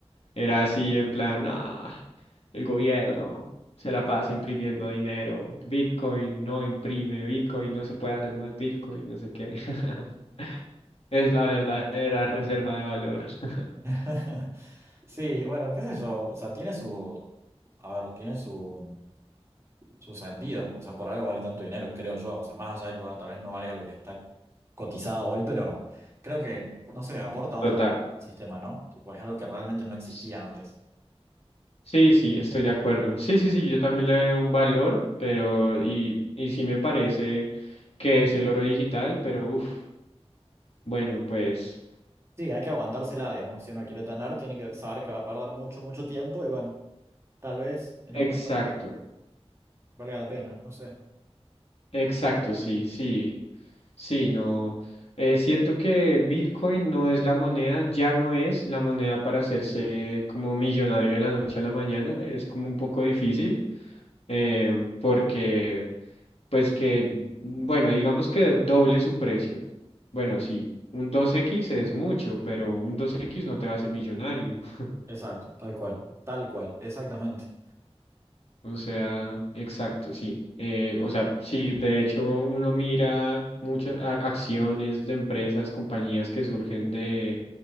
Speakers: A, on the left; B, on the right.
A: Era así en plan, "Ah, el gobierno se la pasa imprimiendo dinero, Bitcoin no imprime, Bitcoin no se puede hacer más Bitcoin, no sé qué. <laughs> Es la verdadera reserva de valor. <laughs>
B: <laughs> Sí, bueno, qué sé yo, o sea, tiene su, a ver, tiene su, su sentido. O sea, por algo vale tanto dinero, creo yo. O sea, más allá de que, bueno, tal vez no valga lo que está cotizado hoy, pero creo que, no sé, aporta otra
A: Total.
B: cosa al sistema, ¿no? Tipo, es algo que realmente no existía
A: Sí,
B: antes.
A: sí, sí, estoy de acuerdo. Sí, sí, sí, yo también le veo un valor, pero y, y sí me parece que es el oro digital, pero uff, bueno, pues
B: Sí, hay que aguantársela, digamos. Si uno quiere tener, tiene que saber que va a perder mucho, mucho tiempo y bueno, tal vez en
A: exacto,
B: algún momento valga la pena, no sé.
A: exacto, sí, sí. Sí, no. eh, siento que Bitcoin no es la moneda, ya no es la moneda para hacerse como millonario de la noche a la mañana. Es como un poco difícil eh, porque, pues que, bueno, digamos que doble su precio. Bueno,
B: Mm.
A: sí, un dos x es mucho, pero un dos x no te va a hacer millonario. <laughs>
B: Exacto, tal cual, tal cual, exactamente.
A: O sea, exacto, sí. Eh, o sea, sí, de hecho uno mira muchas a- acciones de empresas, compañías que surgen de,